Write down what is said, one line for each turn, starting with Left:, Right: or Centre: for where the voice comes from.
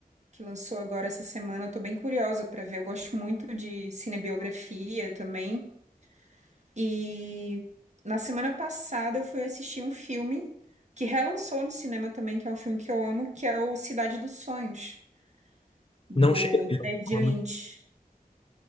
Right: que lançou agora essa semana. Eu tô bem curiosa para ver. Eu gosto muito de cinebiografia também. E na semana passada eu fui assistir um filme que relançou no cinema também, que é um filme que eu amo, que é o Cidade dos Sonhos, do
Left: Não cheguei a ver. o
Right: David
Left: filme.
Right: Lynch.